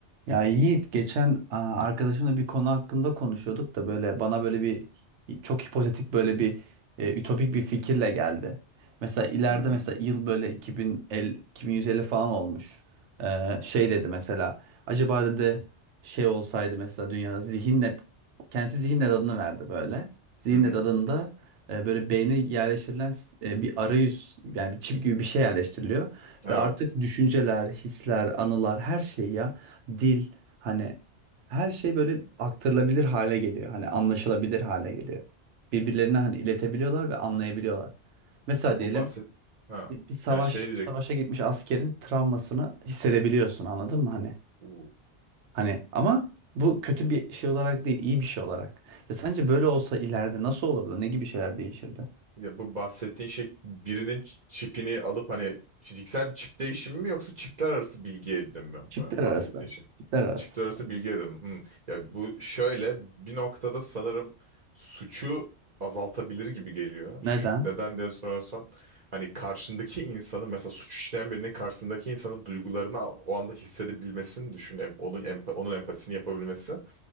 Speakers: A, on the right; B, on the right.
A: Ya Yiğit geçen aa, arkadaşımla bir konu hakkında konuşuyorduk da böyle bana böyle bir çok hipotetik böyle bir e, ütopik bir fikirle geldi. Mesela ileride
B: Hı hı.
A: mesela yıl böyle 2050, 2150 falan olmuş. Ee, şey dedi mesela acaba dedi şey olsaydı mesela dünyada zihinnet kendisi zihinnet adını verdi böyle. Zihinnet
B: Hı hı.
A: adında e, böyle beyne yerleştirilen e, bir arayüz yani bir çip gibi bir şey yerleştiriliyor.
B: Evet.
A: Ve artık düşünceler, hisler, anılar her şey ya dil hani her şey böyle aktarılabilir hale geliyor. Hani anlaşılabilir hale geliyor. Birbirlerine hani iletebiliyorlar ve anlayabiliyorlar. Mesela
B: Ha,
A: diyelim
B: bu bahset ha.
A: bir, bir savaş
B: Yani şey diyecek.
A: savaşa gitmiş askerin travmasını hissedebiliyorsun anladın mı hani?
B: Uu.
A: Hani ama bu kötü bir şey olarak değil, iyi bir şey olarak. Ya sence böyle olsa ileride nasıl olurdu? Ne gibi şeyler değişirdi?
B: Ya bu bahsettiğin şey birinin ç- çipini alıp hani fiziksel bir çip değişimi mi yoksa çipler arası bilgi edinim mi
A: Çiftler
B: bu bahsettiğin
A: arası.
B: şey?
A: Çiftler arası.
B: Çipler arası bilgi edinim. Hı. Ya bu şöyle bir noktada sanırım suçu azaltabilir gibi geliyor.
A: Neden?
B: Şu- neden diye sorarsan hani karşındaki insanı mesela suç işleyen birinin karşısındaki insanın duygularını o anda hissedebilmesini düşün. Em- Onun, empa- onun empatisini yapabilmesi.